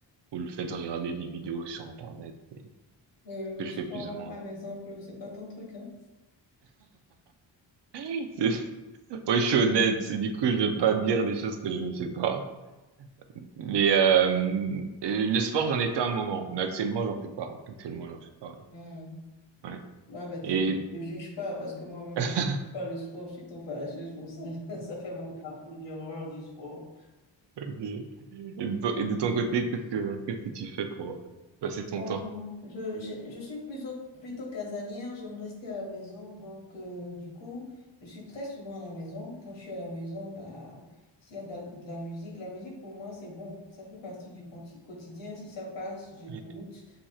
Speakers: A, on the right (about 65°); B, on the left (about 70°).
A: ou le fait de regarder des vidéos sur Internet. C'est
B: Euh,
A: ce
B: le
A: que je
B: sport,
A: fais plus ou moins.
B: par exemple, c'est pas ton truc, hein?
A: <laughs> Moi, je suis honnête, du coup, je vais pas dire des choses que je ne fais pas. Mais euh, euh, le sport, j'en ai fait un moment, mais actuellement, j'en fais pas. Actuellement, j'en fais pas.
B: Hmm.
A: Ouais. Ouais.
B: Ouais, ben, t'inquiète,
A: Et...
B: ne juge pas parce que moi-même,
A: <laughs>
B: je n'aime pas le sport, je suis trop faresseuse pour ça. <laughs> Ça fait mal partout, j'ai horreur du sport.
A: Ok. Et de ton et de ton côté, qu'est-ce que qu'est-ce que tu fais pour euh, passer ton
B: Bon,
A: temps?
B: je, je, je suis plutôt, plutôt casanière, j'aime rester à la maison, donc euh, du coup, je suis très souvent à la maison. Quand je suis à la maison, bah, s'il y a de, la de la musique, la musique pour moi c'est bon, ça fait partie du conti- quotidien. Si ça passe, j'écoute,
A: Oui.